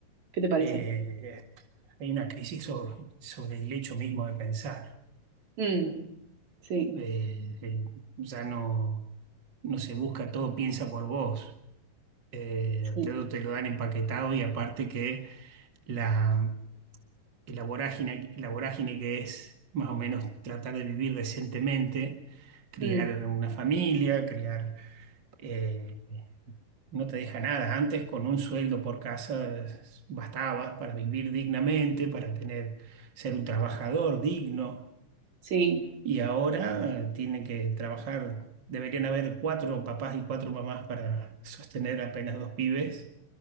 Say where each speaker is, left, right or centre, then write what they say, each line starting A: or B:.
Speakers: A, on the right; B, on the right.
A: ¿Qué te parece?
B: Eh, hay una crisis sobre, sobre el hecho mismo de pensar.
A: Mm, sí,
B: Eh, eh, ya no, no se busca, todo piensa por vos. Eh,
A: sí,
B: te, lo te lo dan empaquetado y aparte que la, la vorágine, la vorágine que es más o menos tratar de vivir decentemente, criar
A: mm,
B: una familia, criar... eh, no te deja nada. Antes con un sueldo por casa es- bastaba para vivir dignamente, para tener, ser un trabajador digno.
A: sí,
B: Y ahora eh, tienen que trabajar, deberían haber cuatro papás y cuatro mamás para sostener apenas dos pibes